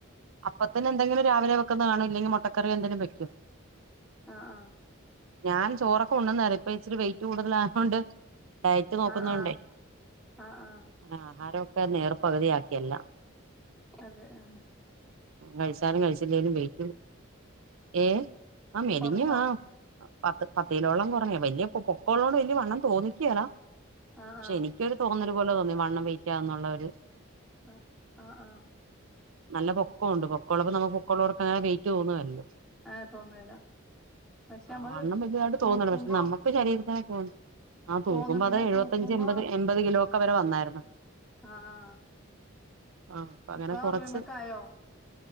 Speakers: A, on the right (about 75°); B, in the centre.
A: അപ്പത്തിന്നെ എന്തെങ്കിലും രാവിലെ വെക്കുന്നുന്നത് കാണോ ഇല്ലെങ്കിൽ മുട്ടക്കറി എന്തെങ്കിലും വെക്കും
B: ആഹ് ആഹ്
A: ഞാൻ ചോറൊക്കെ ഉണ്ണുന്ന ഇപ്പ ഇച്ചിരി വെയിറ്റ് കൂടുതലായോണ്ട് ഡയറ്റ് നോക്കുന്നുണ്ടേ
B: ആ ആ ആ ആ
A: ആഹാര നേർ പകുതിയാക്കിയെല്ലാം
B: അതെ ആഹ്
A: കഴിച്ചാലും കഴിച്ചില്ലേലും വെയ്റ്റ് ഏഹ് ആ മേലിഞ്ഞ്
B: കൊറഞ്ഞോ
A: ആഹ് പത്ത് പത്തിലോളം കുറഞ്ഞ വലിയ പൊക്കള്ളോണ്ട് വലിയ വണ്ണം തോന്നിക്കേലാ
B: ആ
A: പക്ഷെ
B: ആ
A: എനിക്കൊരു തോന്നല് അതുപോലെ തോന്നി വണ്ണം വെയിറ്റാന്നുള്ളൊരു
B: ആഹ് ആഹ് ആഹ്
A: നല്ല പൊക്കംണ്ട് പൊക്കൊള്ളപ്പോ നമുക്ക് മക്കള്ളവർക്ക്ങ്ങനെററ്റ് തോന്നുവല്ലോ
B: ആ തോന്നേല പക്ഷെ
A: ആ
B: നമ്മള്
A: വണ്ണം വലുതായിട്ട്
B: തൂക്കുമ്പോ
A: തോന്നണ്ട് പക്ഷെ നമ്മുക്ക് ശരീരത്തിനെ
B: ഉം
A: തോന്നും ആ തൂക്കുമ്പോ
B: തോന്നും പിന്നെ
A: അത് എഴുപത്തയഞ്ച്
B: തൂക്കുമ്പോ
A: എപത് എൺപത് കിലോ ഒക്കെ വരെ വന്നായിരുന്നു
B: ആ ആ
A: ആ അപ്പ അങ്ങനെ
B: ഇപ്പൊ
A: കുറച്ച്
B: അറുപയ്മക്കായോ